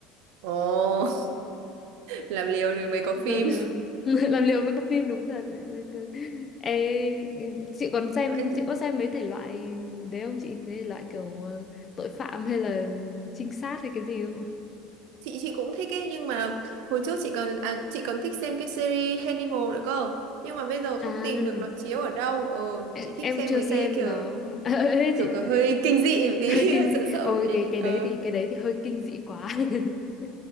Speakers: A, on the right; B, on the left.
A: ồ <laughs> làm liều rồi mới có
B: làm
A: phim
B: liều <laughs> làm liều với con phim đúng thật đấy. Ê, chị còn xem
A: anh
B: chị có xem mấy thể loại đấy không chị thế loại kiểu ờ, tội phạm hay là trinh sát hay cái gì không ạ?
A: chị chị cũng thích ấy nhưng mà hồi trước chị còn à, chị còn thích xem cái series Hannibal nữa cơ nhưng mà bây giờ không
B: à
A: tìm được nó chiếu ở đâu ờ
B: em,
A: chị thích
B: em
A: xem
B: chưa
A: mấy
B: xem
A: cái kiểu
B: đó <laughs> Ê,
A: kiểu
B: chị,
A: kiểu
B: chị
A: hơi <laughs> kinh dị một tí
B: hơi kinh
A: <laughs> hơi
B: dị
A: sợ sợ
B: ôi
A: một tí
B: cái cái
A: ờ
B: đấy thì cái đấy thì hơi kinh dị quá <laughs>